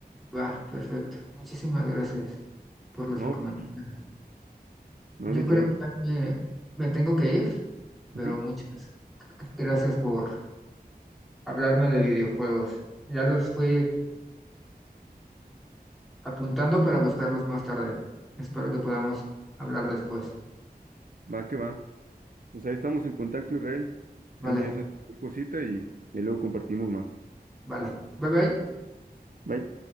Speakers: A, in the centre; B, on the right (about 60°).
A: Va, perfecto. Muchísimas gracias por las
B: No,
A: recomendaciones.
B: pues, no
A: Yo
B: hay de
A: creo
B: qué.
A: que ya me, me tengo que ir, pero
B: Ajá.
A: muchas gracias por hablarme de videojuegos. Ya los fui apuntando para buscarlos más tarde. Espero que podamos hablar después.
B: Va que va. Pues ahí estamos en contacto, Israel.
A: Vale,
B: Ahí me dices cualquier cosita y, y luego compartimos más.
A: vale. Bye bye.
B: Bye.